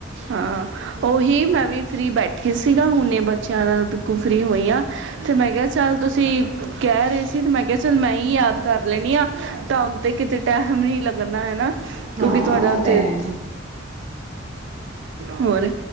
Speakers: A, on the right; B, on the right.
A: ਹਾਂ ਉਹੀ ਮੈਂ ਵੀ ਫਰੀ ਬੈਠੀ ਸੀਗਾ ਹੁਣੇ ਇਹ ਬੱਚਿਆਂ ਨਾਲ ਬਿਲਕੁਲ ਫਰੀ ਹੋਈਆਂਾਂ ਅਤੇ ਮੈਂ ਕਿਹਾ ਚੱਲ ਤੁਸੀਂ ਕਹਿ ਰਹੇ ਸੀ ਅਤੇ ਮੈਂ ਕਿਹਾ ਚੱਲ ਮੈਂ ਹੀ ਯਾਦ ਕਰ ਲੈਣੀ ਆ ਤਾਂ ਤੇ ਕਿਤੇ ਟੈ ਮਮ ਨ ਲੱਗਣਾ ਹਨਾ
B: ਹਾਂ
A: ਕਿਉਂਕਿ ਤੁਹਾਡਾ
B: ਉਹ
A: ਉੱਥੇ
B: ਤੇ ਹੈ
A: ਹੋਰ